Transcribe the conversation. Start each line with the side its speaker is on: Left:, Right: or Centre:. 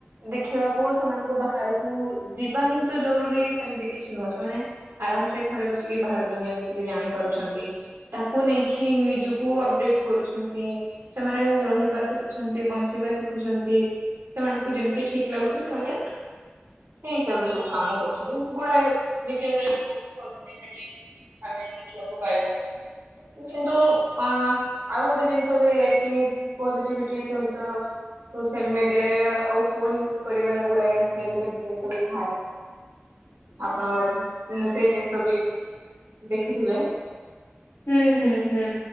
Right: ଦେଖିବାକୁ ସେମାନଙ୍କୁ ବାହାରକୁ ଯିବା ହିଁ ତ ଜରୁରୀ ସେମିତି କିଛି ନୁହେଁ ସେମାନେ ଆରାମସେ ଘରେ ବସିକି ବାହାର ଦୁନିଆ ବିଷୟରେ ଜାଣିପାରୁଛନ୍ତି। ତାକୁ ନେଇକି ନିଜକୁ ଅପଡେଟ କରୁଛନ୍ତି ସେମାନେ ରହିବା ଶିଖୁଛ ନ୍ତି ବଞ୍ଚିବା ଶିଖୁଛନ୍ତି ସେମାନଙ୍କୁ ଯେମିତି ଠିକ ଲାଗୁଛି ସେମାନେ ସେଇ ହିସାବ ରେ ସବୁ କାମ କରୁଛନ୍ତି ଗୋଡାଏ ଦେଖିବାକୁ ଗଲେ ବହୁ ପଜିଟିଭିଟି। ଆମେ ଦେଖିବାକୁ ପାଇବା। କିନ୍ତୁ ଆଁ ଆଉ ଗୋଟେ ଜିନିଷ ବି ଏଠି ପଜିଟିଭିଟି ସହି ତ ସୋସିଆଲ ମିଡିଆ ଓ ଫୋନ ୟୁଜ କରିବାରେ ଗୁଡାଏ ନେଗେଟିଭ ଜିନିଷ ବି ଥାଏ। ଆପଣ ସେଇ ଜିନିଷ ବି ଦେଖିଥିବେ।
Left: ହୁଁ ହୁଁ ହୁଁ